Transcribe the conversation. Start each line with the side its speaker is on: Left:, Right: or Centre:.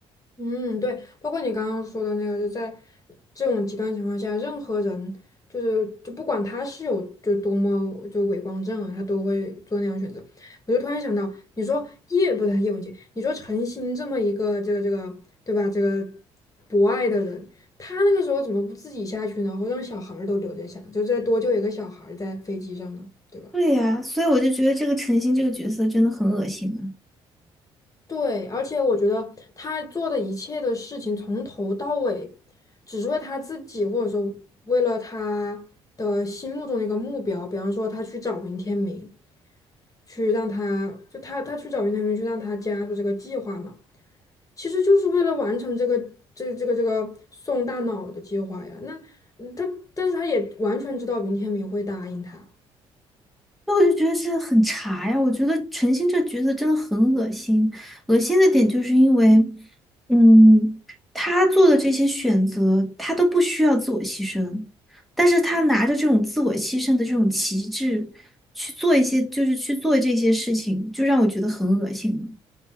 Left: 嗯，对，包括你刚刚说的那个，就在这种极端情况下，任何人就是就不管他是有就多么就伪光正啊，他都会做那样的选择。我就突然想到，你说叶不是叶文洁，你说陈星这么一个这个这个对吧，这个博爱的人，他那个时候怎么不自己下去呢？或者让小孩儿都留着下，就再多救一个小孩儿在飞机上呢，对吧？
Centre: 对呀，所以我就觉得这个陈星这个角色真的很恶心啊！
Left: 对，而且我觉得他做的一切的事情，从头到尾，只是为他自己，或者说为了他的心目中的一个目标。比方说，他去找云天明，去让他就他他去找云天明，去让他加入这个计划嘛，其实就是为了完成这个这这个这个送大脑的计划呀。那嗯他但是他也完全知道云天明会答应他。
Centre: 那我就觉得这很茶呀，我觉得陈星这角色真的很恶心。恶心的点就是因为，嗯，他做的这些选择，他都不需要自我牺牲，但是他拿着这种自我牺牲的这种旗帜去做一些，就是去做这些事情，就让我觉得很恶心了